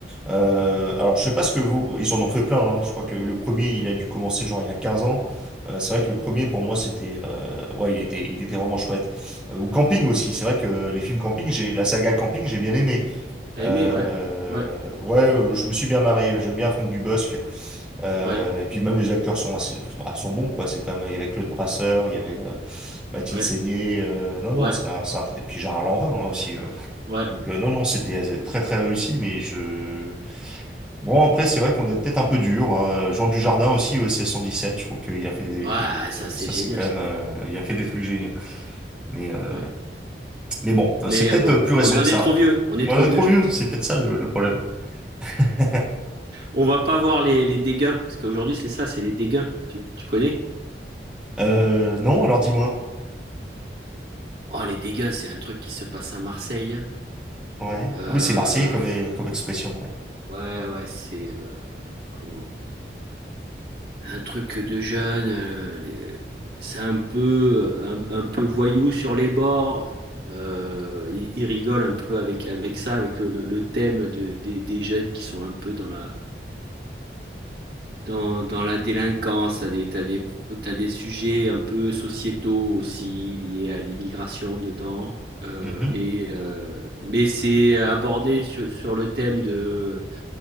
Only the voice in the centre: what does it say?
Euh, alors, je sais pas ce que vous... Ils en ont fait plein, hein. Je crois que le premier, il a dû commencer genre il y a 15 ans. Euh, c'est vrai que le premier, pour moi, c'était... euh, Ouais, il était, il était vraiment chouette. Euh, ou Camping aussi, c'est vrai que les films Camping, j'ai la saga Camping, j'ai bien aimé.
Euh,
ouais, euh, je me suis bien marré. J'aime bien Franck Dubosc. Euh,
et puis même les acteurs sont assez, bah, sont bons quoi. C'est quand même il y avait Claude Brasseur, il y avait euh, Mathilde
Seigner. euh, non non,
c'est un, c'est un tr- et puis Gérard Lanvin hein, aussi. euh.
Donc euh, non non, c'était euh, très très réussi. Mais je bon après c'est vrai qu'on est peut-être un peu dur. Hein. Jean Dujardin aussi au S S cent dix sept je trouve qu'il a fait des
trucs.
euh,
ça
c'est quand
même, euh, il a fait des trucs géniaux. Mais euh,
mais bon, euh,
c'est peut-être
euh, plus récent
que
ça
en fait.
On
est
trop
vieux,
c'est peut-être ça le le problème. <laughs>
Euh, non, alors dis-moi.
Ouais.
Ah oui, c'est marseillais comme,
euh, comme expression, ouais.
Mhm.